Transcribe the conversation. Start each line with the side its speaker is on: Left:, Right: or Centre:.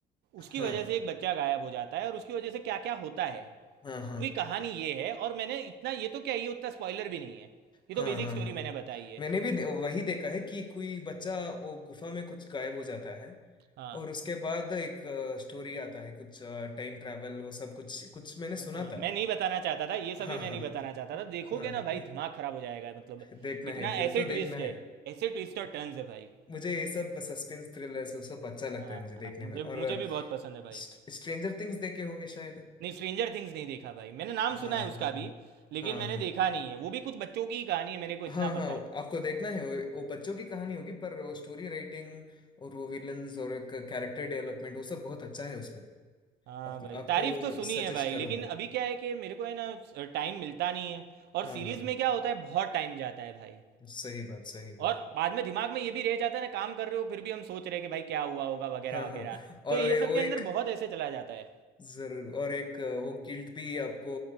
Right: उसकी
Left: हाँ
Right: वजह से एक बच्चा गायब हो जाता है और उसकी वजह से क्या क्या होता है
Left: हाँ हाँ हाँ
Right: पूरी कहानी ये है और मैंने इतना ये तो क्या ये उतना स्पॉइलर भी नहीं है ये
Left: हाँ
Right: तो बेसिक
Left: हाँ
Right: स्टोरी
Left: हाँ
Right: मैंने बताई है
Left: मैंने भी
Right: कुछ-
Left: दे, वही देखा है कि कोई बच्चा वो गुफा में कुछ गायब हो जाता है
Right: हाँ
Left: और उसके बाद एक स्टोरी आता है कुछ टाइम ट्रैवल वो सब कुछ कुछ मैंने
Right: हाँ,
Left: सुना
Right: हाँ, मैं
Left: था
Right: नहीं बताना चाहता था ये सभी
Left: हाँ
Right: मैं
Left: हाँ
Right: नहीं
Left: हाँ
Right: बताना चाहता था देखोगे
Left: हाँ हाँ
Right: ना
Left: हाँ।
Right: भाई दिमाग खराब हो जाएगा मतलब
Left: देखना
Right: इतना
Left: है फिर
Right: ऐसे
Left: तो देखना
Right: ट्विस्ट है
Left: है
Right: ऐसे ट्विस्ट और टर्न्स है भाई
Left: मुझे ये सब सस्पेंस थ्रिलर्स वो सब अच्छा लगता
Right: हाँ
Left: है मुझे देखने
Right: हाँ, मुझे
Left: में और
Right: मुझे भी बहुत पसंद है भाई
Left: स्ट्रेंजर थिंग्स देखे होंगे शायद
Right: नहीं स्ट्रेंजर थिंग्स नहीं देखा भाई मैंने नाम
Left: हाँ
Right: सुना है उसका
Left: हाँ हाँ
Right: भी लेकिन
Left: हाँ
Right: मैंने
Left: हाँ
Right: देखा नहीं है वो भी कुछ बच्चों की ही कहानी है मेरे को
Left: हाँ
Right: इतना
Left: हाँ
Right: पता है
Left: आपको देखना है वो, वो बच्चों की कहानी होगी पर वो स्टोरी राइटिंग और वो विलन्स और एक कैरेक्टर डेवलपमेंट वो सब बहुत अच्छा है उसमें
Right: हाँ
Left: आप,
Right: भाई
Left: आपको
Right: तारीफ
Left: वो
Right: तो सुनी
Left: सजेस्ट
Right: है भाई
Left: करूंगा
Right: लेकिन अभी क्या है कि मेरे को है ना टाइम मिलता नहीं है और
Left: हाँ
Right: सीरीज
Left: हाँ हाँ
Right: में क्या होता है बहुत टाइम जाता है भाई
Left: सही बात सही बात
Right: और बाद में दिमाग में ये भी रह जाता है ना काम कर रहे हो फिर भी हम सोच रहे हैं कि भाई क्या हुआ होगा वगैरह
Left: हाँ
Right: वगैरह
Left: हाँ
Right: तो
Left: और
Right: ये
Left: ये
Right: सब
Left: वो
Right: के अंदर
Left: एक
Right: बहुत ऐसे चला जाता है
Left: जरूर और एक वो गिल्ट भी आपको